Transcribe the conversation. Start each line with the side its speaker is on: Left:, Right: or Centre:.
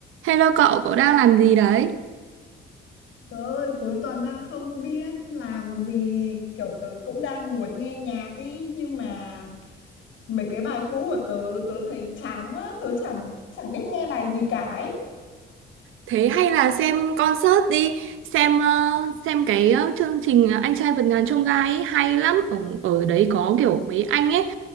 Right: Hello cậu, cậu đang làm gì đấy?
Left: Trời ơi, cuối tuần đang không biết làm gì, kiểu tớ cũng đang muốn nghe nhạc ý, nhưng mà mấy cái bài cũ của tớ, tớ thấy chán quá, tớ chẳng chẳng biết nghe bài gì cả ấy.
Right: Thế hay là xem concert đi, xem ờ, xem cái ờ, chương trình ờ, Anh trai vượt ngàn chông gai ấy, hay lắm. Ở, ở đấy có kiểu mấy anh ấy,